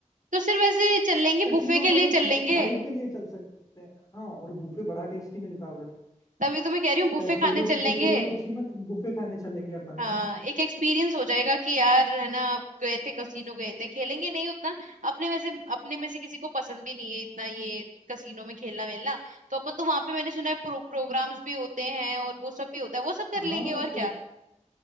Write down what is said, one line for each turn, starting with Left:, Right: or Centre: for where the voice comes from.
Right: तो सिर्फ ऐसे चल लेंगे
Left: कैसीनो
Right: बुफे
Left: अपन
Right: के लिए
Left: एक
Right: चल लेंगे
Left: वाइब के लिए चल सकते हैं हाँ और बुफे बड़ा टेस्टी मिलता है उधर
Right: तभी तो मैं कह रही हूँ बुफे
Left: चाहे
Right: खाने
Left: खेलो
Right: चल
Left: खु-
Right: लेंगे
Left: खेलो कुछ ही मत बुफे खाने चलेंगे अपन
Right: हाँ
Left: है ना
Right: एक एक्सपीरियंस हो जाएगा कि यार है ना आप गए थे कसीनो गए थे खेलेंगे नहीं उतना अपने में से अपने में से किसी को पसंद भी नहीं है इतना ये कसीनो में खेलना मिलना तो अपन तो वहां पे मैंने सुना है प्रो, प्रोग्राम्स भी होते हैं और वो सब भी होता है वो सब कर
Left: हाँ
Right: लेंगे और क्या